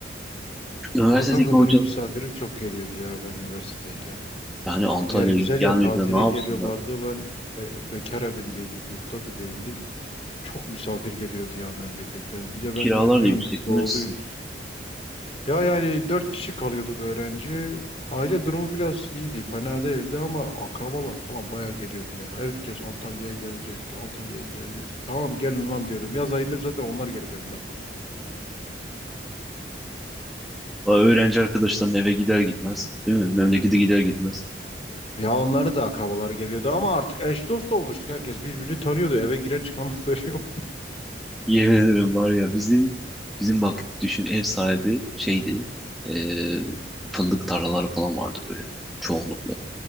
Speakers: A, in the centre; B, on the left.
A: Üniversitedeki
B: Valla kanka
A: hocalar
B: benim misafirim çok geliyordu ya ben üniversitedeyken.
A: yani Antalya'ya
B: Yer güzel
A: gelmeyip
B: ya tatile
A: de ne yapsınlar?
B: geliyorlardı. Ben be- bekar evindeydik, yurtta da değildik. Çok misafir geliyordu ya memleketten. Bir de
A: Kiralar
B: ben biliyorum
A: da yüksek
B: biz doğuluyuz.
A: değil mi sizin?
B: Ya yani dört kişi kalıyorduk öğrenci. Aile durumu biraz iyiydi, fena değildi ama akrabalar falan bayağı geliyordu ya. Herkes Antalya'ya geleceğiz, Antalya'ya geleceğiz. Tamam gelin lan diyordum. Yaz ayında zaten onlar gelip evimde kalıyordu.
A: Aa, Öğrenci arkadaşların eve gider gitmez değil mi? Memlekete gider gitmez.
B: Ya onların da akrabaları geliyordu ama artık eş dost olmuştuk. Herkes birbirini tanıyordu. Eve giren çıkanı <laughs> veriyor.
A: Yemin ederim var ya bizim bizim bak düşün ev sahibi şeydi eee, fındık tarlaları falan vardı böyle çoğunlukla.